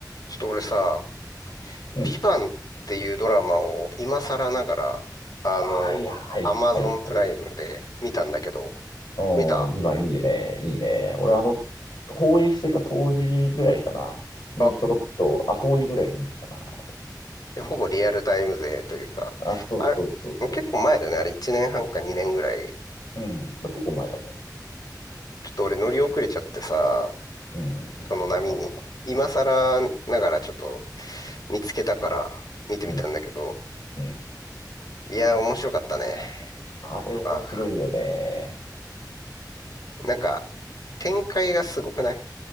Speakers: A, on the left; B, on the left.
A: ちょっと俺さ、
B: うん。
A: ビバンっていうドラマを今更ながら、あの、
B: はいはい、
A: アマゾンプライムで見たんだけど、
B: はい、はい。うん、
A: 見た
B: ビバンいいね、いいね。俺あの、放映してた当時ぐらいかな。にちょろっと後追いぐらいで見てたな。
A: あ、ほぼリアルタイム勢というか、
B: あ、そうそうそうそ
A: あれ、もう結構前だよね。あれ1年半か2年ぐらい。
B: う。うん。まあ、結構前だね。
A: ちょっと俺乗り遅れちゃってさ、
B: うん。うんうんまあまあまあ。
A: その波に。今更ながらちょっと見つけたから見てみたんだけど、
B: うん。うん。
A: いや、面白かったね。
B: あれ面白いよね。
A: あ、なんか展開がすごくない